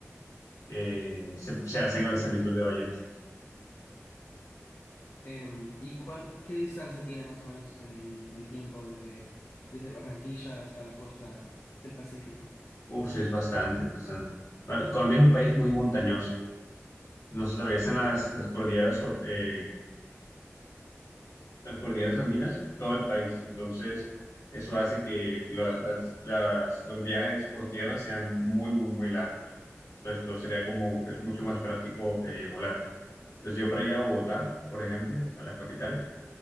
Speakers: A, on the left; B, on the left.
A: eh, se se hacen avistamientos de ballenas.
B: Em, ¿y cuán- qué distancia tiene más o menos en, en- en tiempo desde, desde Barranquilla hasta la costa del Pacífico?
A: Uf, sí, es bastante, es bastante. Bueno, Colombia es un país muy montañoso. Nos atraviesan
B: Ujú,
A: las, las cordilleras, o- eh, las cordilleras andinas, todo el país. Entonces, eso hace que la- las- dis- las- los viajes por tierra sean muy, muy, muy largos. Entonces, todo sería como, es mucho más práctico eh, volar. Entonces, yo para ir a Bogotá,
B: Claro,
A: por ejemplo, a la capital,